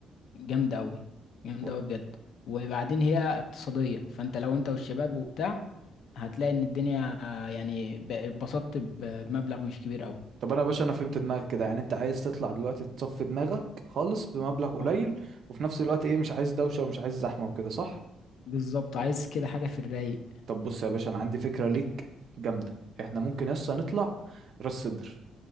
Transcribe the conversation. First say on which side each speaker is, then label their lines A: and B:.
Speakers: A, on the left (about 70°); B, on the right (about 60°).
A: جامدة قوي جامدة
B: و-
A: قوي بجد وبعدين هي اقتصادية فانت لو انت والشباب وبتاع هتلاقي ان الدنيا آه، يعني ب- اتبسطت ب- بمبلغ مش كبير قوي
B: طب انا يا باشا انا فهمت دماغك كده يعني انت عايز تطلع دلوقتي تصفي دماغك خالص بمبلغ قليل
A: آه.
B: وفي نفس الوقت ايه مش عايز دوشة ومش عايز زحمة وكده صح
A: بالظبط عايز كده حاجة في الرايق
B: طب بص يا باشا انا عندي فكرة ليك جامدة احنا ممكن يا اسطى نطلع راس سدر